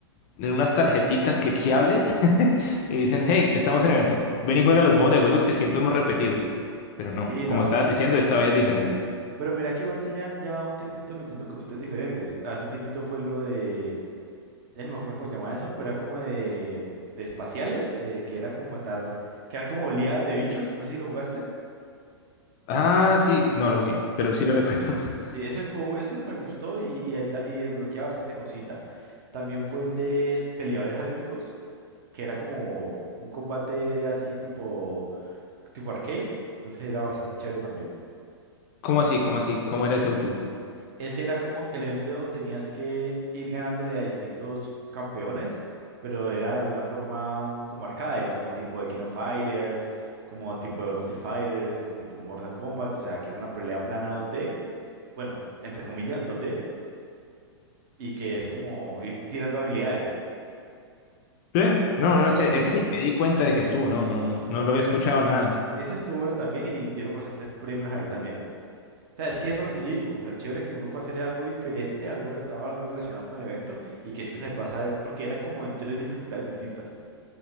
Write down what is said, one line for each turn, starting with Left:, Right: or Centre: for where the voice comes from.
Left: en unas tarjeticas cliqueables <laughs> y dicen, hey, estamos en evento, ven y juega los modos de juegos que siempre hemos repetido. Pero no,
Right: Sí,
Left: como
Right: no,
Left: estabas
Right: no.
Left: diciendo, esta vez es diferente.
Right: Pero mira que Guantellán ya un tiempito metiendo cositas diferentes. Hace un tiempito fue lo de, ya ni me acuerdo cómo se llamaba eso, pero era como de, de espaciales, eh, que era como matar, que eran como oleadas de bichos, no sé si lo jugaste.
Left: Ah, sí, no lo jugué, pero sí lo recuerdo. <laughs>
Right: Sí, ese fue, ese me gustó y, y, ahí da- y desbloqueaba bastante cosita. También fue el de peleadores álmicos, que era como un combate así tipo, tipo arcade, entonces era bastante chévere también.
Left: ¿Cómo así? ¿Cómo así? ¿Cómo era ese último?
Right: Ese era como que el evento tenías que ir ganándole a distintos campeones, pero era de una forma como arcade, como tipo de King of Fighters, como tipo de Street Fighters, como tipo Mortal Kombat, o sea, que fue una pelea plana dos d bueno, entre comillas, dos d y que es como ir tirando habilidades.
Left: Eh, No, no,
Right: ¿Lo
Left: ese,
Right: jugaste?
Left: ese ni me di cuenta de que estuvo, no, no, no, no lo he escuchado nada.
Right: Ese estuvo bueno también y dieron bastantes premios ahí también. O sea, es que eso es lo que yo digo. O sea, chévere que uno puede hacer algo diferente, algo retado, algo relacionado con el evento y que si uno se pasa, porque eran como en tres dificultades distintas.